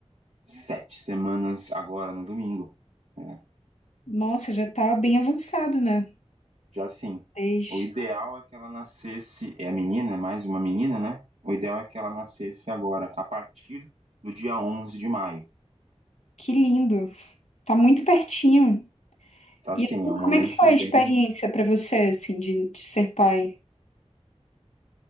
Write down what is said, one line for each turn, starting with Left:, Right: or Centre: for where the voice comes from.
Right: sete semanas agora no domingo. né.
Left: nossa, já tá bem avançado, né?
Right: Já sim.
Left: Desde-
Right: O ideal é que ela nascesse, é a menina, é mais uma menina, né? O ideal é que ela nascesse agora, a partir do dia 11 de maio.
Left: Que lindo. Tá muito pertinho.
Right: Tá
Left: E
Right: sim
Left: assim,
Right: é um momento
Left: como é que foi a
Right: bem.
Left: experiência pra você, assim, de, de ser pai?